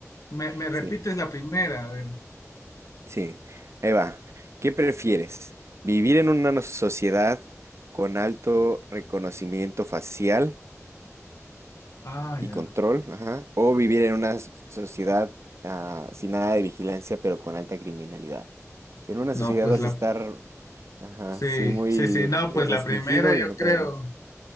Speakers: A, on the left; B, on the right.
A: me- me repites
B: Sí.
A: la primera, a ver.
B: Sí, ahí va. ¿Qué prefieres? ¿Vivir en una no- sociedad con alto reconocimiento facial
A: Ah, ya.
B: y control? Ajá. ¿O vivir en una s- sociedad ah, sin nada de vigilancia pero con alta criminalidad? Si en una
A: No,
B: sociedad
A: pues
B: vas
A: la...
B: a estar, ajá,
A: Sí,
B: sí, muy
A: sí, sí,
B: r-
A: no, pues
B: eh, restringido
A: la primera yo
B: y en otra
A: creo.
B: no.